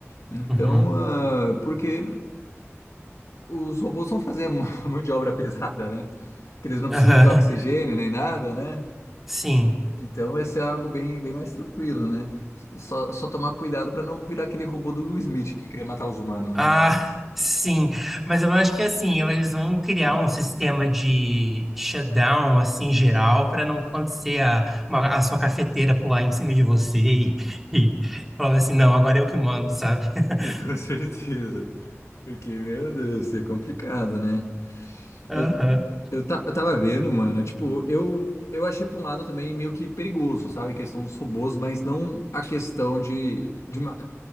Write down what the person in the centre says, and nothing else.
uhum,
aham,
<laughs>
sim.
Ah,
<laughs> sim. Mas eu acho que assim, eles vão criar um sistema de shutdown assim geral para não acontecer a, uma- a sua cafeteira pular em cima de você e, <laughs> e falar assim, não, agora eu que mando, sabe? <laughs>
Aham.